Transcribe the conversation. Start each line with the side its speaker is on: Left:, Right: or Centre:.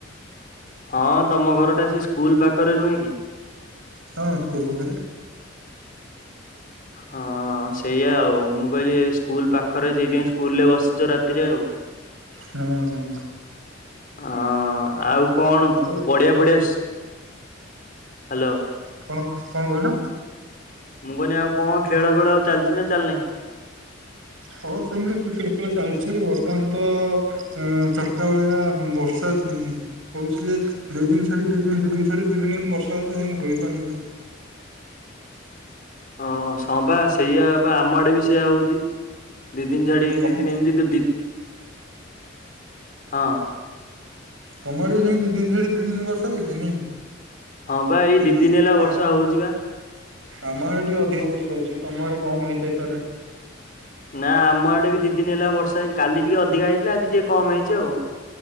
Left: ହଁ ତମ ଘରଟା ସେ ସ୍କୁଲ ପାଖରେ ନୁହେଁ କି?
Right: ହଁ ସ୍କୁଲ ପାଖରେ।
Left: ହଁ। ହଁ ସେଇଆ ଆଉ ମୁଁ କହିଲି ସ୍କୁଲ ପାଖରେ ସେଇଥିପାଇଁ ସ୍କୁଲରେ ବସିଛ ରାତିରେ ଆଉ।
Right: ହୁଁ ହୁଁ।
Left: ହଁ ଆଉ କଣ
Right: ଆଉ
Left: ପଡିଆ ଫଡିଆ ହ୍ୟାଲୋ।
Right: କଣ କଣ କହିଲ?
Left: ମୁଁ କହିନି ଆଉ କଣ ଖେଳ ଫେଳ ଚାଲିଚି ନା ଚାଲିନି?
Right: ହଁ ସେମିତି କ୍ରିକେଟ ଖେଳ ଚାଲିଛି ବର୍ତ୍ତମାନ ତ ଅ ଚାରିଟା ବେଳିଆ ବର୍ଷା ହଉଛି ଯେ ଦୁଇଦିନି ଛାଡି ଦି ଦିନ ଛାଡି ଦି ଦିନି ବର୍ଷା ହଉଛି ସେମିତି ହେଇପାରୁନି।
Left: ଅଁ ହଁ ସେଇଆ ବା ଆମ ଆଡେ ବି ସେଇଆ ହଉଛି। ଦିଦିନି ଛାଡି
Right: ତମ
Left: ଦିଦନି ଏମିତି ଦି ହଁ
Right: ତମ ଆଡେ ସେମିତି ଦିନି ଦିନି ବର୍ଷା ହଉଛ ନାଇଁ।
Left: ହଁ ବା ଏଇ ଦି
Right: ଆ-
Left: ଦିନି ହେଲା ବର୍ଷା
Right: ଆ-
Left: ହଉଛି ବା
Right: ଆମ ଆଡେ ଟିକେ ଅଧିକ ବର୍ଷ ହଉଛି ତମ ଆଡେ କମ ହେଇଥାଇପାରେ।
Left: ନା ଆମ ଆଡେ ଦି ଦିନି ହେଲା ବର୍ଷା ହେଇ କାଲି ଟିକେ ଅଧିକା ହେଇଥିଲା। ଆଜି ଟିକେ କମ ହେଇଛି ଆଉ